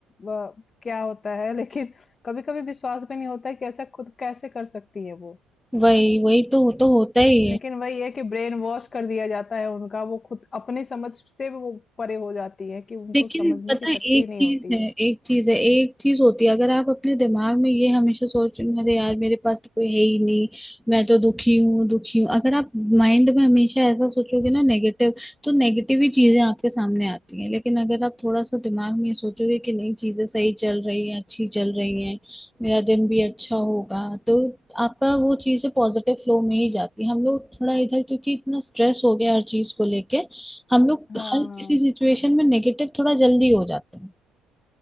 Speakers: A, on the left; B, in the centre.
A: वह क्या होता है लेकिन कभी कभी विश्वास भी नहीं होता है कि ऐसा खुद कैसे कर सकती है वो
B: वही वही तो तो होता ही है
A: लेकिन वही है कि ब्रेन वॉश कर दिया जाता है उनका वो खुद अपनी समझ से भी वो परे हो जाती है कि उनको
B: लेकिन
A: समझने
B: पता
A: की शक्ति
B: है एक
A: ही नहीं
B: चीज
A: होती
B: है
A: है
B: एक चीज है एक चीज होती है अगर आप अपने दिमाग में ये हमेशा सोच रहे हैं अरे यार मेरे पास तो कोई है ही नहीं मैं तो दुखी हूँ दुखी हूँ अगर आप माइंड में हमेशा ऐसा सोचोगे ना नेगेटिव तो नेगेटिव ही चीजें आपके सामने आती हैं लेकिन अगर आप थोड़ा सा दिमाग में ये सोचोगे कि नहीं चीजें सही चल रही हैं अच्छी चल रही हैं मेरा दिन भी अच्छा होगा तो आपका वो चीजें पॉजिटिव फ्लो में ही जाती है हम लोग थोड़ा इधर क्योंकि इतना स्ट्रेस हो गया हर चीज को लेके हम लोग
A: हाँ
B: हर किसी सिचुएशन में नेगेटिव थोड़ा जल्दी हो जाते हैं